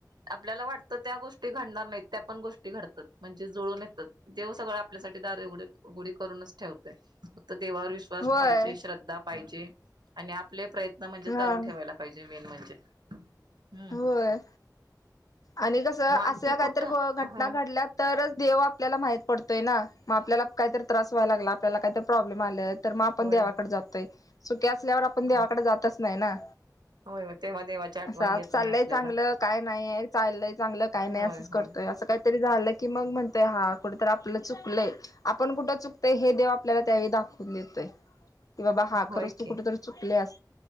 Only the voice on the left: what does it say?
होय
हा
होय आणि कसं
अशा काहीतरी
घटना
घडल्यात तरच देव आपल्याला माहित पडतोय ना मग आपल्याला काहीतरी त्रास व्हायला लागला, आपल्याला कायतरी प्रॉब्लेम आलेत तर मग आपण
देवाकडे
जातोय सुखी असल्यावर आपण देवाकडे
जातच नाही ना.
असं आज
चाललंय
चांगलं काय नाही आहे चाललंय चांगलं काय नाही
असंच
करतोय असं काय तरी झालं की मग म्हणतोय हां कुठेतरी आपलं चुकलंय. आपण कुठं चुकतंय हे देव आपल्याला त्यावेळी दाखवून देतोय. की बाबा हां
खरंच तू
कुठेतरी चुकल्यास